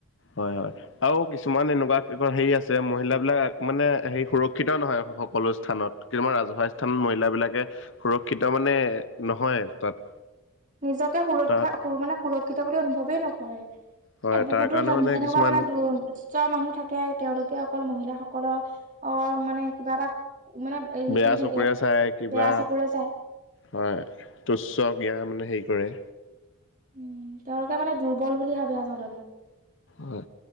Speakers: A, on the left (about 60°); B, on the right (about 35°).
A: হয় হয়, আৰু কিছুমান এনেকুৱা হেৰি আছে মহিলাবিলাক মানে হেৰি সুৰক্ষিত নহয়। সকলো স্থানত কিন্তু ৰাজুৱ স্থানত মহিল বিলাকে সুৰক্ষিত মানে নহয় তাত।
B: নিজকে সুৰক্ষা
A: তাত
B: মানে সুৰক্ষিত বুলি অনুভৱেই নকৰে। এ
A: হয়
B: বহুত
A: তাৰ
B: দূৰ
A: কাৰণে
B: ধ তেনেকুৱা
A: কিছুমান
B: মানে দ দুস্থ মানুহ থাকে তেওঁলোকে অকল মহিলাসকলক আহ মানে কিবা এটা মানে হেৰি
A: বেয়া
B: কৰি থাকে
A: চকুৰে চাই কিবা
B: বেয়া চকুৰে চাই
A: হয় তুচ্চক বেয়া মানে হেৰি কৰে।
B: উম, তেওঁলোকে মানে দুৰ্বল বুলি ভাবে আচলতে।
A: হয়,